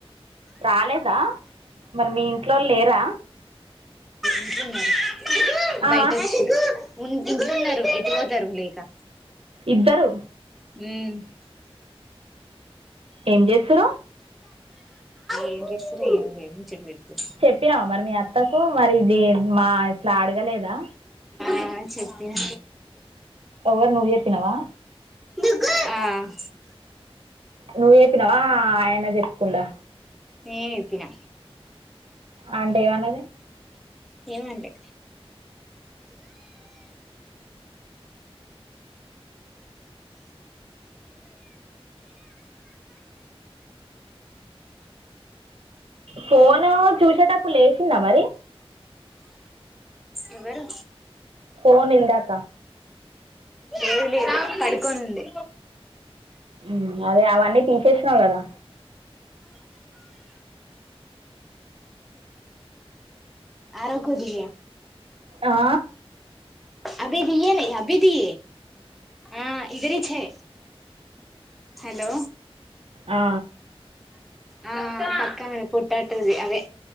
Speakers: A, on the right; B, in the centre.
A: రాలేదా మరి మీ ఇంట్లోల్ లేరా
B: ఇంట్లున్నారు
A: ఆ,
B: బయట కూర్చున్న ఉన్ ఇంట్లున్నారు ఎటుపోతారు లేకా
A: ఇద్దరు
B: ఉమ్
A: ఏం జేస్తురు
B: ఏం జేస్తుంరీ ఏం లేదు ముచ్చట పెడుతుర్రు
A: చెపినవ మరి మీ అత్తకు మరి ఇది మా ఇట్లా అడగలేదా
B: ఆ చెప్పిన
A: ఎవరు నువ్వు చెప్పినావా
B: ఉమ్ ఆహ్
A: నువు చెప్పినవా ఆయన జెప్కుండా
B: నేప్పిన
A: అంటే ఏమన్నది
B: ఏం అన్లే
A: ఫోను చూసేటప్పుడు లేసిందా మరి
B: ఎవరు
A: ఫోన్ ఇందాక
B: లేదు లేదు పడుకొని ఉంది
A: ఉమ్ అదే అవన్నీ తీసేసినవ్ కదా
B: నా కుది
A: ఆ?
B: అభి దియేరే అభిది ఆ ఇదరిచే హలో
A: ఆ.
B: ఆ పక్కామనే పొటాటోది అదే